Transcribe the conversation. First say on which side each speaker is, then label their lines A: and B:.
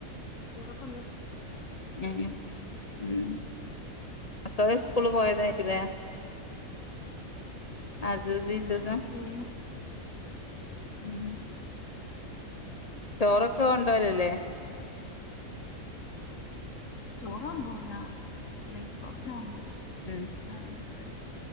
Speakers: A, on the left; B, on the left.
A: ചോറക്കന്ന്.
B: ഉം. ഉം. മക്കള് സ്കൂള് പോയതായിരിക്കുല്ലേ? അജു ജീജജ
A: ഉം ഓല് പോയിണ്.
B: <unintelligible> ചോറൊക്കെ കൊണ്ടോലല്ലേ?
A: ചോറ് ണ്ടോവൂല. ബ്രൈക്ക്ഫാസ്റ്റ കൊണ്ടോവല്.
B: <unintelligible>
A: രാവിൽത്തെ